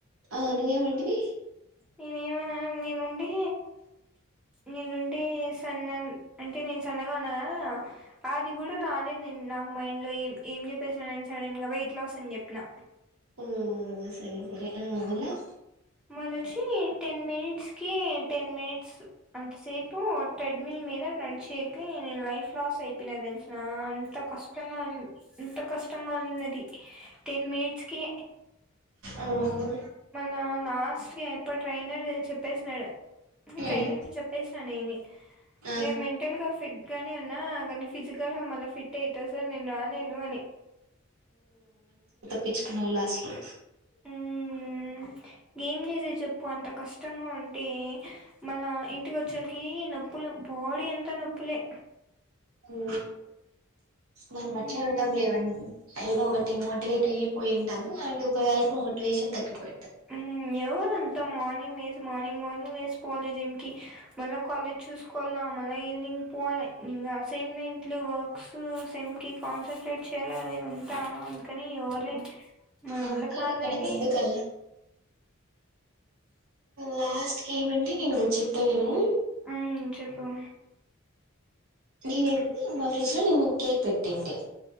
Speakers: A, on the right (about 80°); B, in the centre.
A: ఆ నువ్వేమంటివి
B: నేనేమ మ నేనుండి నేనుండి సన్న అంటే నేను సన్నగా ఉన్నాను కదా అది కూడా రాలేదు నేను నాకు మైండ్లో ఏం ఏం చెప్పేసా నేను సడెన్గా వెయిట్ లాస్ అని చెప్పిన
A: ఓ సరే సరే ఆ అలా
B: మనచ్చి టెన్ మినిట్స్కి టెన్ మినిట్స్ అంతసేపు ట్రెడ్మిల్ మీద నడిచేయక నేను లైఫ్ లాస్ అయిపోయిన తెలుసు అంత కష్టంగా ఉ అంత కష్టంగా ఉనింది అది టెన్ మినిట్స్ కి
A: ఆ
B: ఆ లాస్ట్కి అయిపో ట్రై అనాడు చెప్పేసినాడు
A: హ్మ్.
B: ట్రైనర్ కి చెప్పేసిన నేని
A: ఆ
B: నేను మెంటల్ కాస్త ఫిట్ గానే ఉన్నా కాని ఫిజికల్గా మళ్ళ ఫిట్ అవుత సార్ నేను రాలేను అని
A: పిచ్చుకునలాస్లు
B: ఉ ఏమ్ చేసే చెప్పు అంత కష్టంగా ఉంటే మళ్ళ ఇంటికి వచ్చలకి నొప్పులు బాడీ ఎంత నొప్పులే
A: ఓ మనం
B: మ్మ్
A: అట్లే ఉంటాం లేవండి అయిదో ఒకటి మోటివేట్ అయ్యపోయింటాం ళకు మోటివషన్గ పో
B: హ్మ్మ్ ఎవరంట మొత్తం మార్నింగ్ లేచ మార్నింగ్ మార్నింగ్ లేసి పోవాలేజ్ంకి మళ్ళా కాలేజ్ చూసుకోవాలా మళ్ళీ ఈవినింగ్ పోవాలి ఇంకా అసైన్మెంట్లు వర్క్స్ సినిమ్కి కన్సె్రేట్ చాలదిైవంతా అందుకని ఎవలే మన
A: అంతేలే
B: మల్ళ కావాలని
A: మనకి ఎందుకు అవి లాస్ట్ ఏమంటడి నేను చెప్తావేమో
B: ఆయ్ చెప్ స
A: నేనైతే మా ఫ్రిడ్జ్ లో నిన్న కేక్ పెట్టటింటి